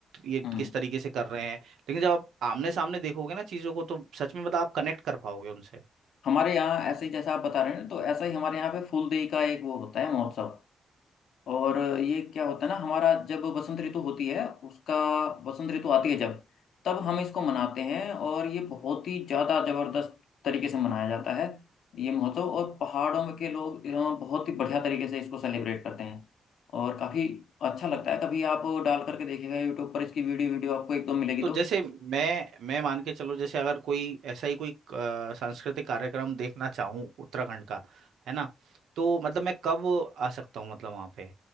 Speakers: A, on the right; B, on the left.
A: ये
B: हम्म
A: किस तरीके से कर रहे हैं लेकिन जब आप आमने सामने देखोगे ना चीजों को तो सच में मतलब आप कनेक्ट कर पाओगे उनसे
B: हमारे यहाँ ऐसे ही जैसा आप बता रहे हैं ना, तो ऐसा ही हमारे यहाँ पे फूलदेई का एक वो होता है महोत्सव और ये क्या होता है ना हमारा जब बसंत ऋतु होती है उसका बसंत ऋतु आती है जब तब हम इसको मनाते हैं और ये बहुत ही ज्यादा जबरदस्त तरीके से मनाया जाता है ये महोत्सव और पहाड़ों में के लोग अ, बहुत ही बढ़िया तरीके से इसको सेलिब्रेट करते हैं और काफी अच्छा लगता है कभी आप डाल करके देखिएगा यूट्यूब पर इसकी वीडियो वीडियो आपको एक दो मिलेगी
A: तो
B: तो
A: जैसे मैं मैं मान के चलो जैसे अगर कोई ऐसा ही कोई अ, सांस्कृतिक कार्यक्रम देखना चाहूँ उत्तराखंड का है ना तो मतलब मैं कब आ सकता हूँ मतलब वहाँ पे